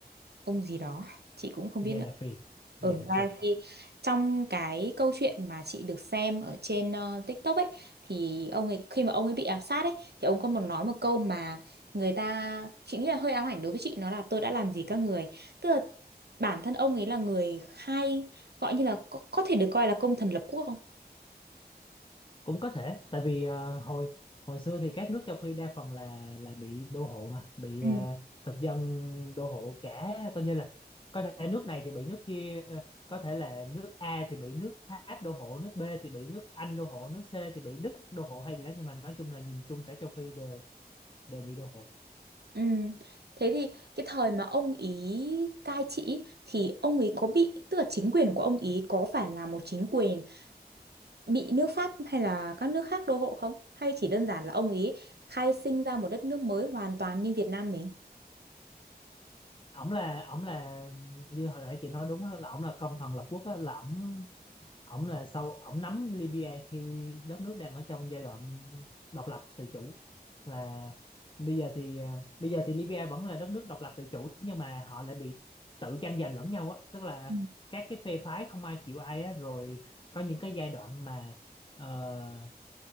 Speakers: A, on the right (about 75°); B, on the left (about 30°).
A: ông gì đó chị cũng không biết
B: Gaddafi
A: nữa ở
B: Gaddafi
A: ừ, Gaddafi trong cái câu chuyện mà chị được xem ở trên ờ, TikTok ấy thì ông ấy khi mà ông ấy bị ám sát ấy thì ông có một nói một câu mà người ta chị nghĩ là hơi ám ảnh đối với chị nó là tôi đã làm gì các người tức là bản thân ông ấy là người khai gọi như là có, có thể được coi là công thần lập quốc không?
B: cũng có thể tại vì ờ, hồi hồi xưa thì các nước châu Phi đa phần là là bị đô hộ mà bị
A: Ừ.
B: ờ, thực dân đô hộ cả coi như là có thể nước này thì bị nước kia ờ, có thể là nước A thì bị nước Pháp đô hộ nước B thì bị nước Anh đô hộ nước C thì bị Đức đô hộ hay gì đó nhưng mà nói chung là nhìn chung cả châu Phi đều đều bị đô hộ
A: Ừ. Thế thì cái thời mà ông ý cai trị thì ông ý có bị tức là chính quyền của ông ý có phải là một chính quyền bị nước Pháp hay là các nước khác đô hộ không? Hay chỉ đơn giản là ông ý khai sinh ra một đất nước mới hoàn toàn như Việt Nam mình?
B: ổng là ổng là như hồi nãy chị nói đúng á, là ổng là công thần lập quốc á, là ổng ổng là sau ổng nắm Libya khi đất nước đang ở trong giai đoạn độc lập tự chủ và bây giờ thì à, bây giờ thì Libya vẫn là đất nước độc lập tự chủ nhưng mà họ lại bị tự tranh giành lẫn nhau á tức là
A: Ừ.
B: các cái phe phái không ai chịu ai á rồi có những cái giai đoạn mà ờ,